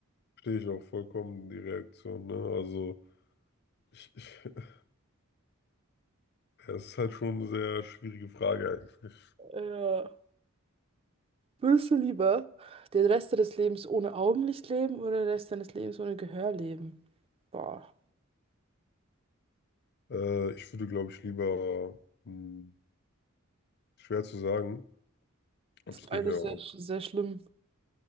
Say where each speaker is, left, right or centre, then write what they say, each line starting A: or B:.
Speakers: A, on the left; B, on the right.
A: ich auch vollkommen die Reaktion, ne? Also ich, ich, <laughs> ja, es ist halt schon eine sehr schwierige Frage eigentlich.
B: Ja. Würdest du lieber den Rest deines Lebens ohne Augenlicht leben oder den Rest deines Lebens ohne Gehör leben? Boah,
A: Äh, ich würde, glaube ich, lieber, hm, schwer zu sagen, ob
B: das ist
A: es
B: beides
A: Gehör
B: sehr, sehr schlimm.